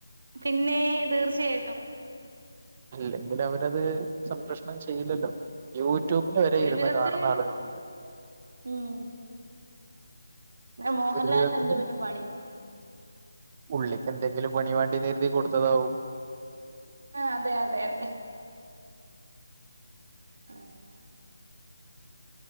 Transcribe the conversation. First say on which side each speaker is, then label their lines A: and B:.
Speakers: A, on the right; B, on the right.
A: പിന്നേ തീർച്ചയായിട്ടും
B: ഇല്ലെങ്കിൽ അവരത് സംപ്രേക്ഷണം ചെയ്യില്ലല്ലോ യൂട്യൂബില് വരെ
A: ഒരു
B: ഇരുന്ന്
A: വിധത്തിൽ
B: കാണുന്ന ആളുകളുണ്ട്
A: ഉം മോഹൻലാലിന്
B: ഒരു വിധത്തില്
A: എന്തുവ പിന്നെ പണി
B: പുള്ളിക്ക് എന്തെങ്കിലും പണി വേണ്ടെന്ന് കരുതി കൊടുത്തതാവും
A: അതെ അതെ അതെ ആഹ്